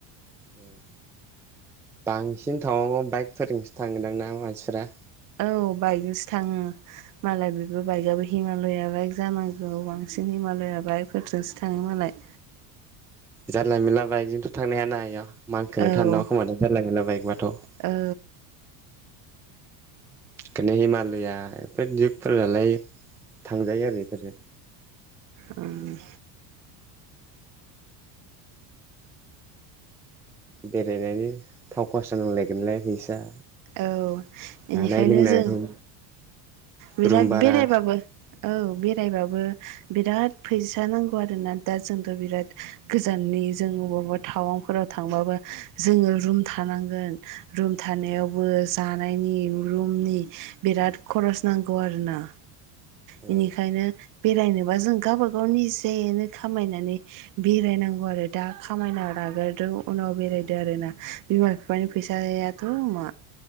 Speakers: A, in the centre; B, on the right.
A: ओम बांसिन थाववांयाव बाइकफोरजोंसो थांगोनदां ना मानसिफोरा?
B: औ बाइकजोंसो थाङो मालाय बेबो बाइकयाबो हिमालया बाइक जानांगौ बांसिन हिमालया बाइकफोरजोंसो थाङो मालाय
A: जानला मोनला बाइक जोंथ' थांनाय हाया ना इयाव मानखोनो
B: औ
A: थान न' खोमानो जारला मोनोनला बाइकबाथ'
B: औ
A: बेखायनो हिमालया बेफोर दिउकफोरालाय थांजायो आरो बेफोरजों
B: ओम
A: बेरायनायनि थाव खरसा नांलायगोनलाय फैसा
B: औ बेनिखायनो
A: जानाय लोंनाय
B: जों
A: रुम
B: बिराद
A: रुम भारा
B: बेरायबाबो औ बेराय बेरायबाबो बिराद फैसा नांगौ आरोना दा जोंथ' बिराद गोजाननि जों अबाव थाउवांफोराव थांब्लाबो जों रुम थानांगोन रुम थानायावबो बो जानायनि रुमनि बिराद खरस नांगौ आरोना बेनिखायनो
A: ओ
B: बेरायनोबा जों गावब गाव निजायैनो खामायनानै बेरायनांगौ आरो दा खामायना नागारदों उनाव बेरायदों आरोना बिमा बिफानि फैसायाथ' मा